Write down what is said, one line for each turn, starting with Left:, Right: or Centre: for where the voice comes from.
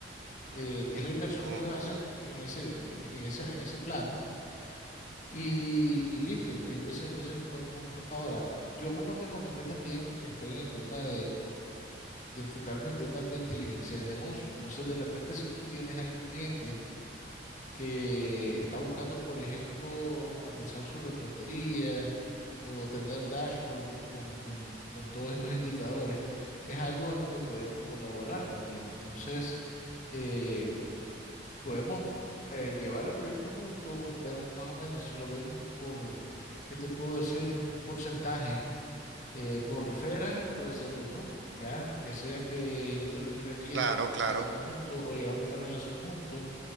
Left: eh, que es la inversión
Right: Ujú.
Left: que ellos hacen en ese, en ese, en ese plano, y, y listo, eh, ese, ese es un buen punto. Ahora, yo como te comenté también, estoy en el tema de enfocarme en temas de inteligencia de negocio. Entonces, de repente, si tú tienes algún cliente que está buscando, por ejemplo, automatizar su reportería o tener dashboard con, con- con todos estos indicadores, es algo en lo que podemos colaborar también. Entonces, eh, podemos eh, llevar el proyecto juntos, ver más o menos si lo vemos por, ¿qué te puedo decir? Un porcentaje eh, por referral puede ser uno, ¿ya? Ya sea que yo te refiero al cliente,
Right: Claro, claro.
Left: mandamos juntos o llevamos la relación juntos,